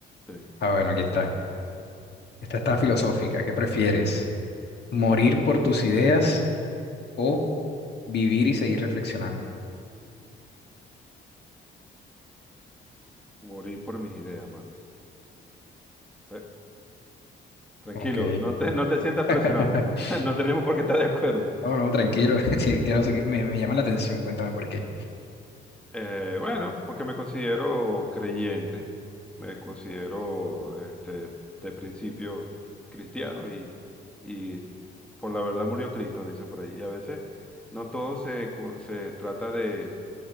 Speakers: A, in the centre; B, on the left (about 55°).
A: Sí.
B: Ah, bueno, aquí está. Esta está filosófica. ¿Qué prefieres? ¿Morir por tus ideas o vivir y seguir reflexionando?
A: Morir por mis ideas, mano. Eh, tranquilo,
B: Ok.
A: no te, no te sientas
B: <laughs>
A: presionado. <laughs> No tenemos por qué estar de acuerdo.
B: No, no, tranquilo. <laughs> Sí, quiero seguir- me, me llama la atención. Cuéntame por qué.
A: Eh, bueno, porque me considero creyente, me considero este, de principio cristiano y, y por la verdad murió Cristo, dicen por ahí. Y a veces no todo se, co- se trata de,